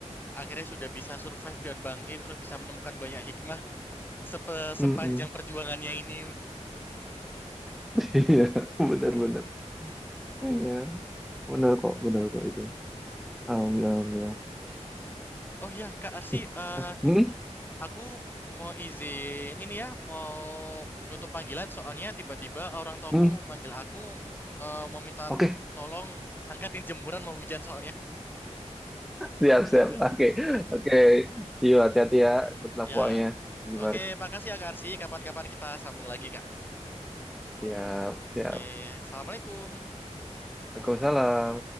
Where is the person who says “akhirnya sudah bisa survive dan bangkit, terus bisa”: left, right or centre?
Left